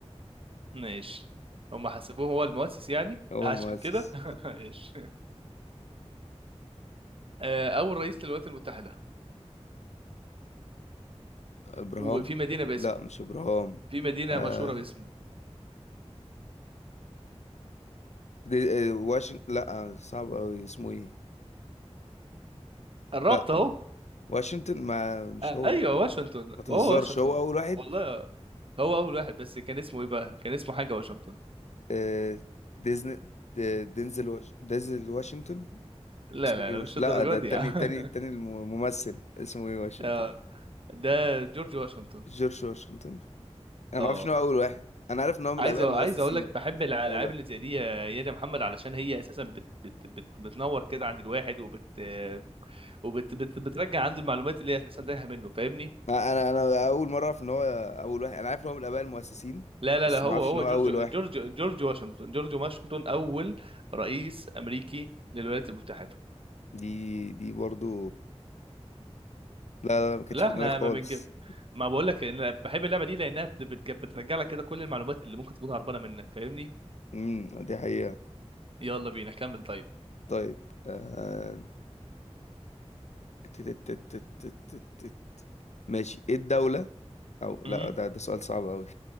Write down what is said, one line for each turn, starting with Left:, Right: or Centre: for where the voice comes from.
Right: ماشي هم حسبوه هو المؤسس يعني
Left: هو
Right: عشان
Left: المؤسس
Right: كده <laughs> ماشي آه، اول رئيس للولايات المتحده
Left: إبراهام
Right: وفي مدينه باسمه
Left: لا مش إبراهام
Right: في مدينه
Left: آه
Right: مشهوره باسمه
Left: دي آه واشنطن لا آه، صعب أوي اسمه إيه
Right: قربت
Left: لا
Right: اهو
Left: آه، واشنطن ما مش
Right: آه،
Left: هو
Right: ايوه واشنطن
Left: ما تهزرش
Right: هو واشنطن
Left: هو أول واحد
Right: والله هو اول واحد بس كان اسمه ايه بقى كان اسمه حاجه واشنطن
Left: آه ديزني د- دينزل واش... دينزل واشنطن
Right: لا
Left: اسمه
Right: لا
Left: إيه
Right: لا
Left: واش...
Right: مش
Left: لا
Right: الدرجه
Left: ده
Right: دي
Left: التاني
Right: يا عم
Left: التاني التاني الممثل اسمه
Right: <laughs>
Left: إيه واشنطن
Right: آه، ده جورج واشنطن
Left: جورج واشنطن أنا
Right: اه
Left: ما أعرفش إن هو أول واحد أنا عارف إن هو من
Right: عايز
Left: الآباء
Right: أ-
Left: المؤسسين
Right: عايز اقول لك بحب
Left: بس
Right: الالعاب
Left: مش أول واحد.
Right: اللي زي دي يا يا محمد علشان هي اساسا بت بت بت بتنور كده عند الواحد وبت وبت بت بترجع عنده المعلومات اللي هي اساسا تايهه منه فاهمني
Left: انا انا اول مره اعرف ان هو اول واحد انا عارف ان هو من الاباء المؤسسين
Right: لا لا
Left: بس
Right: لا هو
Left: ما اعرفش
Right: هو
Left: ان هو
Right: جورج
Left: اول واحد
Right: جورج جورج واشنطن جورج واشنطن اول رئيس امريكي للولايات المتحده
Left: دي دي برضو لا لا, لا ما كانتش
Right: لا
Left: في
Right: احنا
Left: دماغي خالص
Right: ما بنج ما بقول لك ان انا بحب اللعبه دي لانها بت- بت- بترجع لك كده كل المعلومات اللي ممكن تكون هربانه منك فاهمني
Left: امم دي حقيقه
Right: يلا بينا كمل طيب
Left: طيب آه... تت- تت- تت- تت- تت- تت. ماشي ايه الدوله او لا
Right: امم
Left: ده ده سؤال صعب قوي